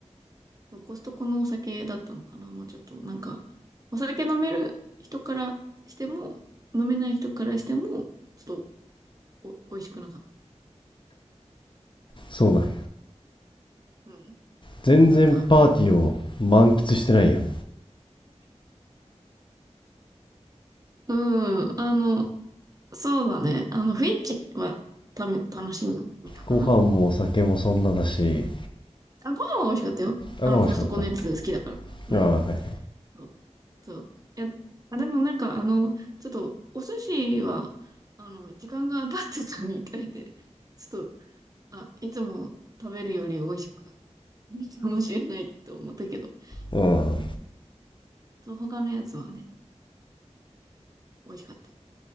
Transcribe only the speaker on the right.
コストコのお酒だったのかな、もうちょっと。なんか、お酒飲める人からしても、飲めない人からしても、ちょっとお、美味しくなかっ
た。うん。
なんか、うん。あの、そうだね。あの、雰囲気はため、楽しみたかな。
あ、ご飯は美味しかったよ。
あの、
コストコのやつ好きだから。
うん。
そう、そう。いや、あ、でもなんか、あの、ちょっと、お寿司は、あの、時間が経ってたみたいで、ちょっと、あ、いつも食べるより美味しく、いいかもしれないって思ったけど。
うん。そう、他のやつはね、美味しかった。